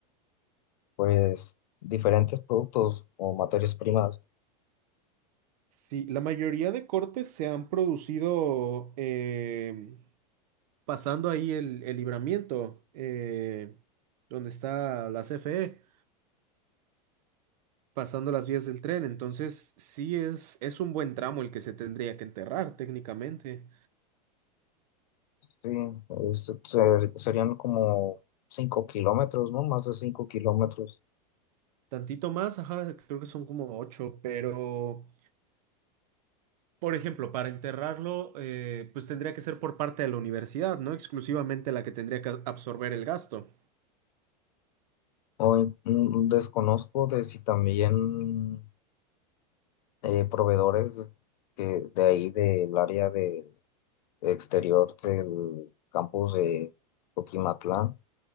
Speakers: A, on the left (about 75°); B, on the right (about 70°).
A: pues diferentes productos o materias primas.
B: Sí, la mayoría de cortes se han producido em, pasando ahí el, el libramiento, eh, donde está la CFE, pasando las vías del tren. Entonces, sí es, es un buen tramo el que se tendría que enterrar técnicamente.
A: Sí, es- ser- serían como 5 kilómetros, ¿no? Más de 5 kilómetros.
B: Tantito más, ajá, creo que son como ocho, pero, por ejemplo, para enterrarlo, eh, pues tendría que ser por parte de la universidad, no exclusivamente la que tendría que absorber el gasto.
A: Hoy mm, desconozco de si también eh, proveedores que de ahí del área de exterior del campus de... Coquimatlán